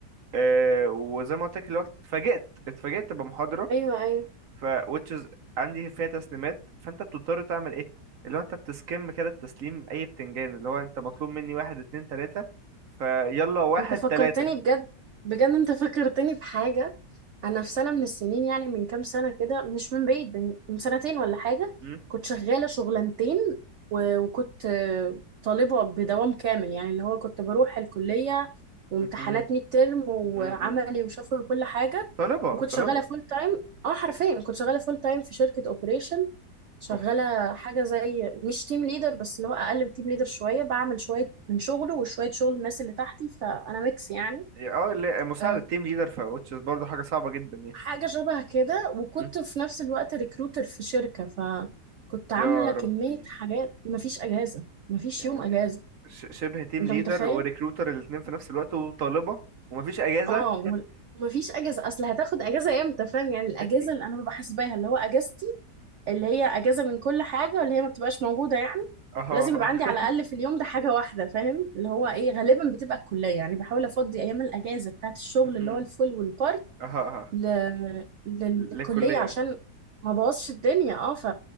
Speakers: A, on the right (about 60°); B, on the right (about 85°).
A: أه وزي ما قلت لك الوقت اتفاجئت اتفاجئت بمحاضره
B: ايوه ايوه
A: ف which is عندي فيها تسليمات فانت بتضطر تعمل ايه اللي هو انت بتسكم كده التسليم اي بتنجان اللي هو انت مطلوب مني واحد اتنين تلاتة فيلا واحد
B: انت فكرتني
A: تلاتة
B: بجد بجد انت فكرتني بحاجه انا في سنه من السنين يعني من كام سنه كده مش من بعيد من من سنتين ولا حاجه
A: م?
B: كنت شغاله شغلانتين و- وكنت آه، طالبه بدوام كامل يعني اللي هو كنت بروح الكليه وامتحانات
A: مهم.
B: ميد ترم وعملي
A: م- م- م.
B: وشفوي وكل حاجه
A: طلبة
B: وكنت
A: طلبة
B: شغاله فول تايم اه حرفيا كنت شغاله فول تايم في شركه اوبريشن شغالة
A: اوف
B: حاجة زي مش تيم ليدر بس اللي هو أقل من تيم ليدر شوية بعمل شوية من شغله وشوية شغل الناس اللي تحتي فأنا ميكس يعني
A: يا- اه لا، مساعدة
B: أه،
A: تيم ليدر ف which is برضه حاجة صعبة جدا يعني
B: حاجة شبه كده وكنت
A: م?
B: في نفس الوقت ريكروتر في شركة فكنت عاملة
A: يا
B: كمية
A: ربي
B: حاجات مفيش أجازة مفيش
A: يعني
B: يوم أجازة
A: ش- شبه تيم
B: أنت
A: ليدر
B: متخيل؟
A: وريكروتر الاتنين في نفس الوقت وطالبة ومفيش اجازة
B: اه وال- مفيش أجازة أصل هتاخد أجازة إمتى فاهم يعني الأجازة
A: انت
B: اللي أنا ببقى حاسباها اللي هو أجازتي اللي هي اجازه من كل حاجه واللي هي ما بتبقاش موجوده يعني
A: اها
B: لازم
A: اها
B: يبقى عندي على
A: <laughs>
B: الاقل في اليوم ده حاجه واحده فاهم اللي هو ايه غالبا بتبقى الكليه يعني بحاول افضي ايام الاجازه بتاعت الشغل
A: مهم.
B: اللي هو الفول والبارت
A: اها اها
B: ل... لل- للكليه
A: للكلية
B: عشان ما بوظش الدنيا اه ف